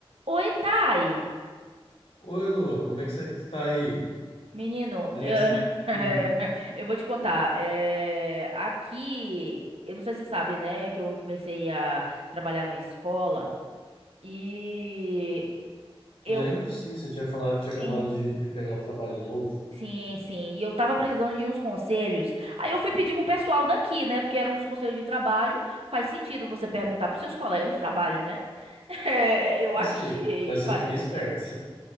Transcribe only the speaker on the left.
Oi, Lua, como é que você está aí?
Ligação.
Uhum.
Lembro sim, você tinha falado que tinha
acabado de, de pegar um trabalho novo.
Assim,
mas
você
fica esperto.